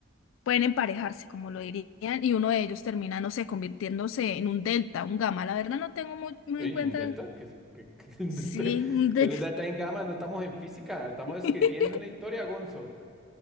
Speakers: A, on the left; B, in the centre.
A: pueden emparejarse, como lo dirían, y uno de ellos termina, no sé, convirtiéndose en un delta, un gamma. La verdad no tengo muy, muy
B: Y
A: en cuenta,
B: un delta, que es, que, <laughs> que es un
A: sí,
B: delta,
A: un delta.
B: que es un delta en gamma, no estamos en física, estamos
A: <laughs>
B: escribiendo una historia, Gonzo.